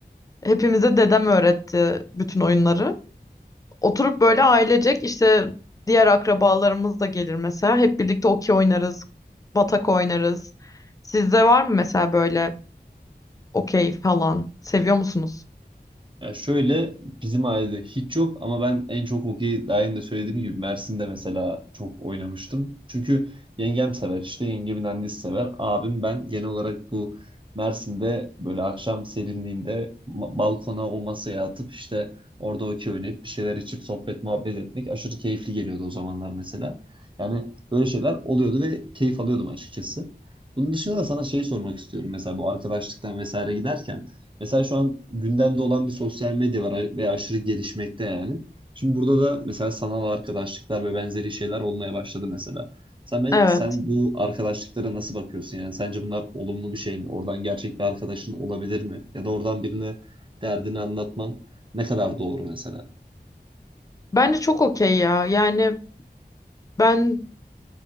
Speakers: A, on the left (about 20°); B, on the right (about 30°).
A: Hepimize dedem öğretti bütün oyunları. Oturup böyle ailecek işte diğer akrabalarımız da gelir mesela. Hep birlikte okey oynarız, batak oynarız. Sizde var mı mesela böyle okey falan. Seviyor musunuz?
B: Ya şöyle bizim ailede hiç yok ama ben en çok hokeyi daha önce de söylediğim gibi Mersin'de mesela çok oynamıştım. Çünkü yengem sever işte yengemin annesi sever. Abim ben genel olarak bu Mersin'de böyle akşam serinliğinde ma- balkona o masaya atıp işte orada hokey oynayıp bir şeyler içip sohbet muhabbet etmek aşırı keyifli geliyordu o zamanlar mesela. Yani böyle şeyler oluyordu ve keyif alıyordum açıkçası. Bunun dışında da sana şey sormak istiyorum mesela bu arkadaşlıktan vesaire giderken. Mesela şu an gündemde olan bir sosyal medya var a- ve aşırı gelişmekte yani. Şimdi burada da mesela sanal arkadaşlıklar ve benzeri şeyler olmaya başladı mesela. Sen, ben,
A: Evet.
B: sen bu arkadaşlıklara nasıl bakıyorsun yani? Sence bunlar olumlu bir şey mi? Oradan gerçek bir arkadaşın olabilir mi? Ya da oradan birine derdini anlatman ne kadar doğru mesela?
A: Bence çok okey ya. Yani ben